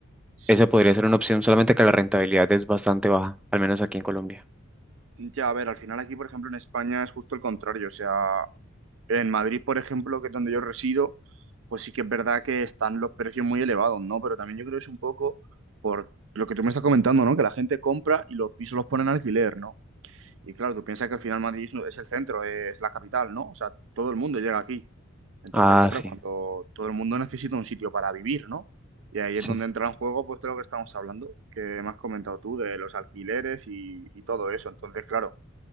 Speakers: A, on the right (about 65°); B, in the centre.
A: S-
B: Esa podría ser una opción, solamente que la rentabilidad es bastante baja, al menos aquí en Colombia.
A: Ya, a ver, al final aquí, por ejemplo, en España es justo el contrario. O sea, en Madrid, por ejemplo, que es donde yo resido, pues sí que es verdad que están los precios muy elevados, ¿no? Pero también yo creo que es un poco por lo que tú me estás comentando, ¿no? Que la gente compra y los pisos los ponen a alquiler, ¿no? Y claro, tú piensas que al final Madrid es el centro, es la capital, ¿no? O sea, todo el mundo llega aquí. Entonces,
B: Ah,
A: claro,
B: sí,
A: cuando todo el mundo necesita un sitio para vivir, ¿no? Y ahí
B: sí.
A: es donde entra en juego, pues, todo lo que estamos hablando, que me has comentado tú, de los alquileres y, y todo eso. Entonces, claro,